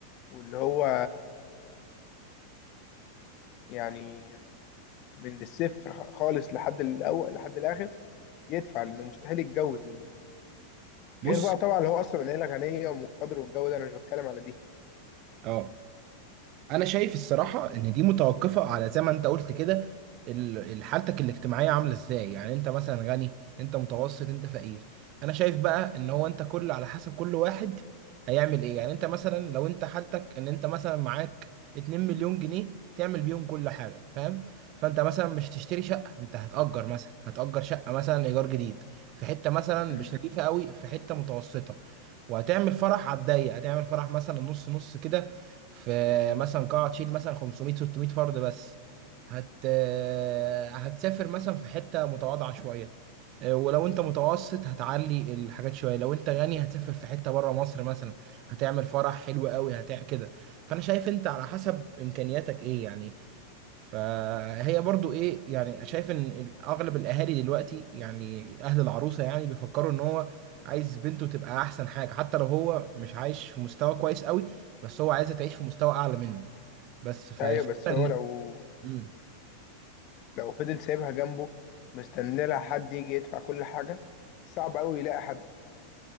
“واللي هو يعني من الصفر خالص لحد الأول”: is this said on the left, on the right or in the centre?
Left